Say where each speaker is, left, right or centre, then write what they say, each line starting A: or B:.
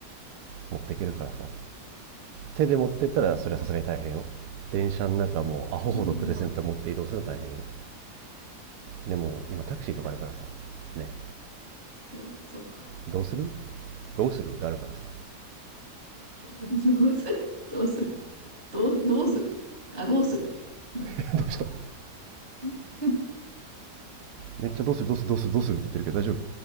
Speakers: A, on the right; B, on the right.
A: 持っていけるからさ。手で持ってったら、
B: そうか。
A: それはさすがに大変よ。電車の中もうアホほどプレゼント持って移動するの大変よ。
B: うん
A: でも、今タクシーとかあるからさ。
B: だよね。
A: ね。
B: そう、そうか。
A: どうするどうするがあるからさ。
B: <laughs> どうするどうするどう、どうするあ、どうする、うん、
A: <laughs> どうした
B: <laughs>
A: めっちゃどうするどうするどうするどうするって言ってるけど大丈夫